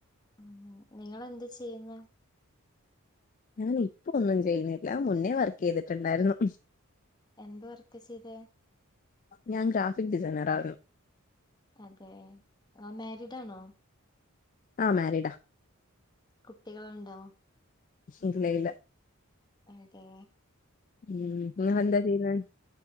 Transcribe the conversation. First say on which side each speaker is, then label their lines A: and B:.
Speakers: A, on the left; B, on the left.
A: <unintelligible> ഉ നിങ്ങള് എന്ത് ചെയ്യുന്ന
B: ഞാൻ ഇപ്പ ഒന്നും ചെയ്യുന്നില്ല മുന്നേ വർക്ക് ചെയ്തിട്ടുണ്ടായിരുന്നു
A: എന്ത് വർക്ക ചെയ്ത
B: ഞാൻ ഗ്രാഫിക് ഡിസൈനറ ആരുന്നു
A: അതെ ആ മാരിഡ് ആണോ
B: ആ മാരിഡാ
A: കുട്ടികളുണ്ടോ
B: ഇല്ല ഇല്ല
A: അതെ
B: ഉം നിങ്ങളെന്താ ചെയ്യുന്നേ